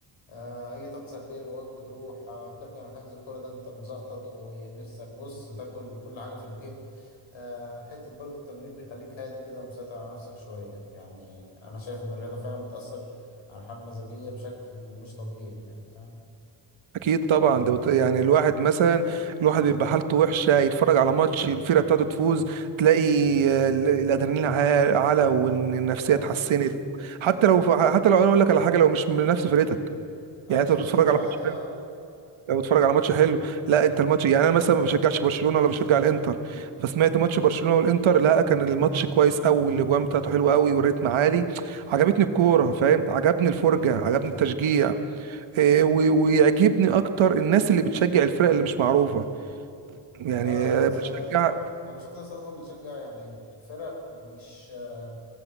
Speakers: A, on the left; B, on the right.
A: آه اي طاقة سلبية جواك بتروح آه بترجع من حجز الكورة ده انت مزقطط ونفسك بص تاكل كل حاجة في البيت آه حتة برضو التمرين بيخليك هادي كده ومسيطر على نفسك شوية يعني انا شايف ان الرياضة فعلا بتأثر على الحالة المزاجية بشكل مش طبيعي يعني فاهم
B: اكيد طبعا ده بت... يعني الواحد مثلا الواحد بيبقى حالته وحشه يتفرج على ماتش الفرقه بتاعته تفوز تلاقي آه، ال- الادرينالين عا- علا وان النفسيه
A: اه
B: اتحسنت
A: تشجيع
B: حتى لو حتى لو انا اقول لك على حاجه لو مش من نفس فرقتك
A: اه
B: يعني
A: مش
B: انت بتتفرج
A: ناس عادي
B: على ماتش
A: اه
B: حلو لو بتتفرج على ماتش حلو لا انت الماتش يعني انا مثلا ما بشجعش برشلونه ولا بشجع الانتر
A: مم.
B: فسمعت ماتش برشلونه والانتر لا كان الماتش كويس قوي الاجوان بتاعته حلوه قوي والريتم عالي عجبتني الكوره فاهم عجبني
A: مم.
B: الفرجه عجبني التشجيع آه، و- ويعجبني اكتر الناس اللي بتشجع الفرق اللي مش معروفه يعني
A: اه
B: آه،
A: الناس
B: بتشجع
A: اللي مز... انا بشوف ناس اصلا بتشجع يعني فرق مش آه